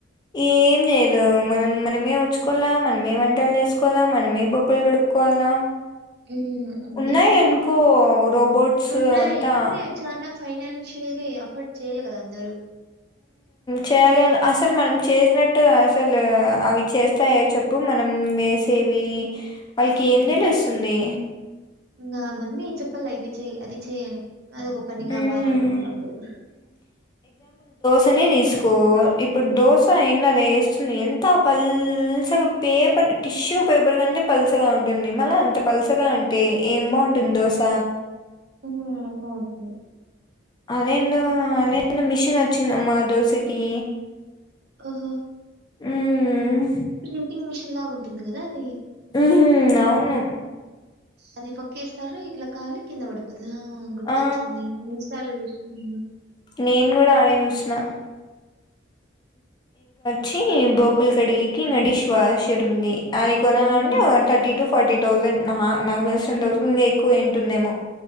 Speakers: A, on the left; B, on the right.
A: ఏం జేయదు మనం మనమే వుడ్చుకోవాల మనమే వంటలు చేసుకోవాలా. మనమే బొకులు కడుక్కోవాలా.
B: ఉమ్ అంతే
A: ఉన్నాయి అనుకో రోబోట్స్
B: ఉన్నాయి
A: అవంతా
B: కానీ చాలా ఫైనాన్ చిల్గి అఫ్ఫోర్డ్ చేయాలి కదా అందరూ
A: చేయలేదు అసలు మనం చేసినట్ అట్ అసలు అవి చేస్తాయా చెప్పు మనం వేసేవి వాళ్ళకి
B: హ
A: ఏం
B: కరెక్టే
A: తెలుస్తుంది
B: నా మమ్మీ చెప్పలే ఇదీ చే అది చేయ్యని అద ఒక పనిగా
A: మ్మ్
B: మారల మల్ల అప్పుడు
A: అసనే తీసుకో ఇప్పుడు దోస ఏయింది అది వేస్తుంది. ఎంత పల్చగా పేపర్ టిష్యూ పేపర్ కంటే పలుసగా ఉంటుంది. మళ్ళ అంత పలుసగా అంటే, ఏం బాగుంటుంది దోశ.
B: ఊ ఓకే
A: అదేందో అదేందో మిషన్ వచ్చిందమ్మా దోశకి
B: ఓహో
A: ఉమ్ హు
B: ప్రింటింగ్ మిషిన్ లాగా ఉంటుంది కదా అద్
A: ఉహు అవును
B: అది పక్కేస్తారు ఇట్లా కాలి కింద పడిపోతుంది. ఆ గుర్తొచ్చింది
A: ఆ
B: ఇన్స్టాలొ చూసిన నేను
A: నేను కూడా ఆడే చూసిన చీ బోకులు కడిగేకి డిష్ వాషర్ ఉంది. అది కొనాలంటే
B: హ్మ్.
A: థర్టీ టు ఫార్టీ థౌజండ్ ఆహా నాకు తెలిసినంత వరకు నీకు అయిటుందేమో